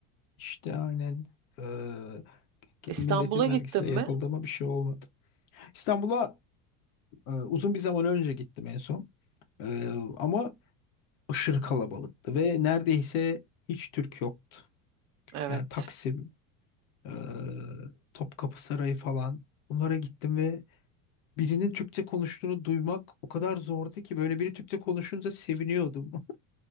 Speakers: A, on the left (about 75°); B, on the right (about 40°).
A: İşte aynen eee
B: İstanbul'a
A: milletin
B: gittin
A: vergisiyle
B: mi?
A: yapıldı ama bir şey olmadı. İstanbul'a eee, uzun bir zaman önce gittim en son. Eee, ama aşırı kalabalıktı ve neredeyse hiç Türk yoktu.
B: Evet.
A: Yani Taksim, eee, Topkapı Sarayı falan bunlara gittim ve birinin Türkçe konuştuğunu duymak o kadar zordu ki böyle biri Türkçe konuşunca seviniyordum. <laughs>